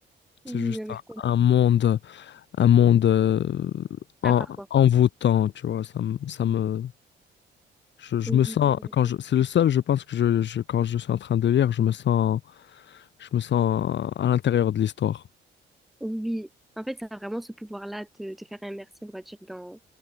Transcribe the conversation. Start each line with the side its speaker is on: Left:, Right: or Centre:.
Centre: Oui,
Left: C'est juste
Centre: non, mais
Left: un,
Centre: je comprends.
Left: un monde, un monde euh,
Centre: Ah,
Left: en-
Centre: par contre,
Left: envoûtant, tu vois, ça, me- ça me... Je, je
Centre: oui,
Left: me sens,
Centre: c'est vrai.
Left: quand
Centre: c'est
Left: je,
Centre: vrai.
Left: c'est le seul, je pense que je, je- quand je suis en train de lire, je me sens, je me sens à l'intérieur de l'histoire.
Centre: Oui, en fait, ça a vraiment ce pouvoir-là de te faire immerser, on va dire, dans